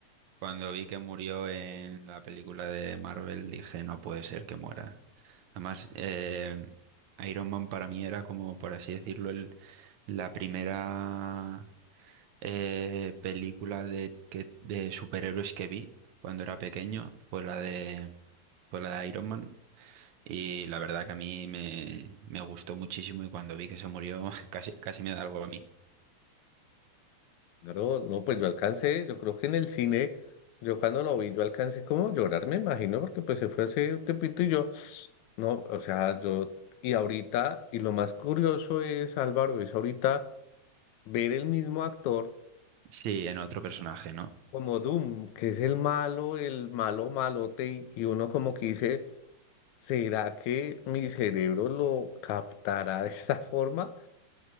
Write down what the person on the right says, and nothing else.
cuando vi que murió en la película de Marvel dije, no puede ser que muera. Además, eh, Iron Man para mí era como, por así decirlo, el, la primera eh, película de, que, de superhéroes que vi cuando era pequeño, fue la de, fue la de Iron Man. Y la verdad que a mí me, me gustó muchísimo y cuando vi que se murió <laughs> casi, casi me da algo a mí.
Sí, en otro personaje, ¿no?